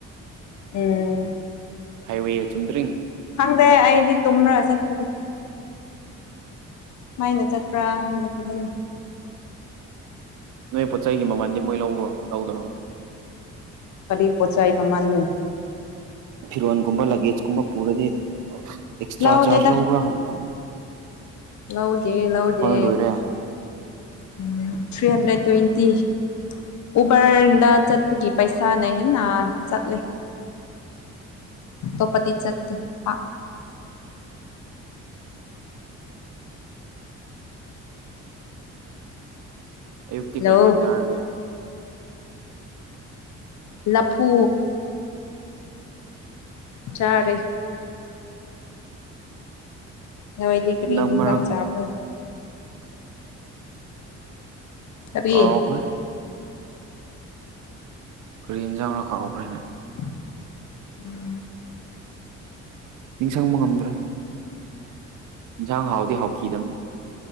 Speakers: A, on the left; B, on the right.
A: ꯎꯝ
B: ꯍꯥꯏꯋꯦ ꯆꯨꯝꯗ꯭ꯔꯤꯡ
A: ꯈꯪꯗꯦ ꯑꯩꯗꯤ ꯇꯨꯝꯔ ꯆꯠꯄꯗꯤ ꯃꯥꯏꯟꯗ ꯆꯠꯄ꯭ꯔ ꯈꯪꯗꯦ <unintelligible>
B: ꯅꯣꯏ ꯄꯣꯠ ꯆꯩꯒꯤ ꯃꯃꯜꯗꯤ ꯃꯣꯏ ꯂꯧꯕ꯭ꯔꯣ ꯂꯧꯗꯕ꯭ꯔꯣ
A: ꯀꯔꯤ ꯄꯣꯠꯆꯩ ꯃꯃꯟꯅꫭ
B: ꯐꯤꯔꯣꯟꯒꯨꯝꯕ ꯂꯒꯦꯖꯀꯨꯝꯕ ꯄꯨꯔꯗꯤ ꯑꯦꯛꯁꯇ꯭ꯔꯥ
A: ꯂꯧꯗꯦꯗ
B: ꯆꯥꯔꯖ ꯂꯧꯕ꯭ꯔ ꯍꯪꯕ꯭ꯔ
A: ꯂꯧꯒꯦ ꯂꯧꯗꯦ
B: ꯂꯣꯏꯔꯦ
A: ꯎꯝ ꯊ꯭ꯔꯤ ꯍꯟꯗ꯭ꯔꯦꯠ ꯇ꯭ꯋꯦꯟꯇꯤ ꯑꫭꯕꯔꯗ ꯆꯠꯄꯒꯤ ꯄꯩꯁꯥꯅ ꯍꯦꯟꯅ ꯆꯠꯂꯤ ꯑꯇꫭꯞꯄꯗꯤ ꯆꯠꯇꯦ ꯄꯥꯛ
B: ꯑꯌꯨꯛꯇꯤ
A: ꯂꯧ
B: ꯀꯩ ꯏꯟꯖꯥꯡ ꯆꯥꯔꯒꯦ
A: ꯂꯐꯨ ꯆꯥꯔꯦ ꯅꯣꯏꯗꯤ ꯀ꯭ꯔꯤ
B: ꯍꯟꯗꯛ
A: ꯏꯟꯖꯥꯡ
B: ꯃꯔꯛ
A: ꯆꯄꯔꯣ ꯀꯔꯤ
B: ꯀꯥꯎꯒ꯭ꯔꯦ ꯀꯔꯤ ꯏꯟꯖꯥꯡꯂ ꯀꯥꯎꯈ꯭ꯔꯦꯅꯦ
A: <inaudible>
B: ꯅꯤꯡꯁꯡꯕ ꯉꯝꯗ꯭ꯔꯦ ꯏꯟꯖꯥꯡ ꯍꯥꯎꯗꯤ ꯍꯥꯎꯈꯤꯗꯝꯅꯦ